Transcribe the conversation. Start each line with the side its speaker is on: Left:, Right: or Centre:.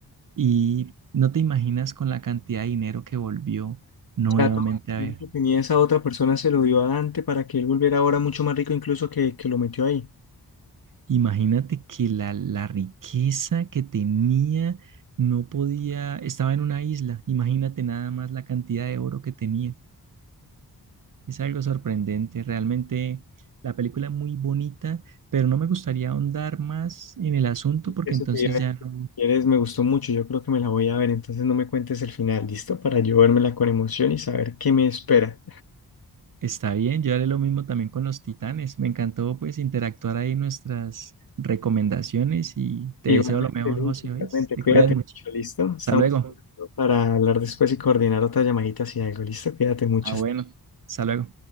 Right: y no te imaginas con la cantidad de dinero que volvió nuevamente
Left: O sea, todo
Right: a
Left: el
Right: ver.
Left: dinero que tenía esa otra persona se lo dio a Dante para que él volviera ahora mucho más rico incluso que, que lo metió ahí.
Right: Imagínate que la, la riqueza que tenía no podía, estaba en una isla, imagínate nada más la cantidad de oro que tenía. Es algo sorprendente, realmente la película es muy bonita, pero no me gustaría ahondar más en el asunto porque
Left: Eso
Right: entonces
Left: te iba a
Right: ya
Left: decir.
Right: no
Left: Si Quieres, me gustó mucho, yo creo que me la voy a ver, entonces no me cuentes el final, ¿listo? Para yo vérmela con emoción y saber qué me espera.
Right: Está bien, yo haré lo mismo también con los titanes. Me encantó pues interactuar ahí nuestras recomendaciones y te
Left: Igualmente,
Right: deseo lo mejor,
Left: Luis,
Right: José,
Left: igualmente,
Right: hoy. Te
Left: cuídate
Right: cuidas mucho.
Left: mucho, ¿listo? Estamos
Right: Hasta luego.
Left: hablando para hablar después y coordinar otra llamadita si algo, ¿listo? Cuídate mucho.
Right: Ah, bueno. Hasta luego.